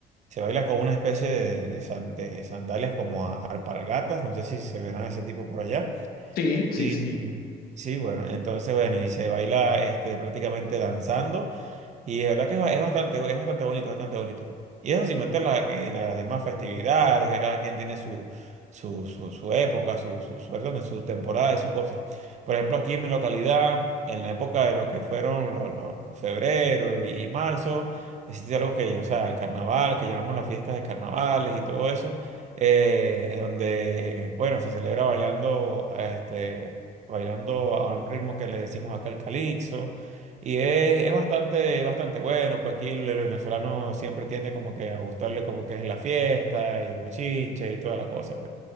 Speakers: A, on the right (about 45°); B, on the left (about 60°).
A: se baila con una especie de, de san- de sandalias como a- alpargatas, no sé si se verán ese tipo por allá.
B: Sí, sí,
A: Y
B: sí.
A: sí, bueno, entonces, bueno, y se baila este, prácticamente danzando. Y la verdad que es ba- es bastante, es bastante bonito, bastante bonito. pues. Y eso sin meter la- que las demás festividades, que cada quien tiene su, su, su, su época, su, su, su, perdón, sus temporadas y sus cosas. Por ejemplo, aquí en mi localidad, en la época de lo que fueron los, los- los febrero y marzo, existe algo que, o sea, el carnaval, que llamamos las fiestas de carnavales y todo eso eh, donde, bueno, se celebra bailando, este, bailando a un ritmo que le decimos acá el calixo, y es, es bastante, bastante bueno, pues aquí el el venezolano siempre tiende como que a gustarle como que es la fiesta y el bochinche y toda la cosa, pues.